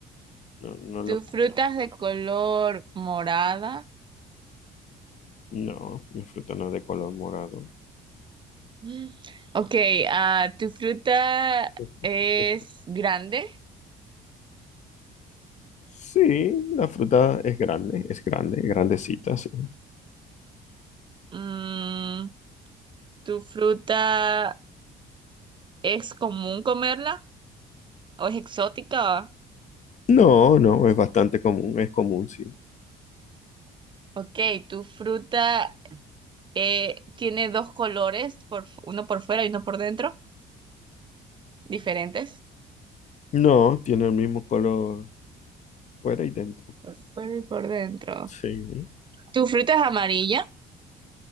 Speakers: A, on the left; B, on the right.
A: No, no lo,
B: ¿Tu fruta es de color morada?
A: no, mi fruta no es de color morado.
B: Mm. Ok, ah, ¿tu fruta
A: <laughs>
B: es grande?
A: Sí, la fruta es grande, es grande, grandecita, sí.
B: Mm, ¿tu fruta es común comerla o es exótica?
A: No, no, es bastante común, es común, sí.
B: Ok, ¿tu fruta eh, tiene dos colores, por, fu- uno por fuera y uno por dentro? ¿Diferentes?
A: No, tiene el mismo color fuera y dentro.
B: Por fuera y por dentro.
A: Sí.
B: ¿Tu fruta es amarilla?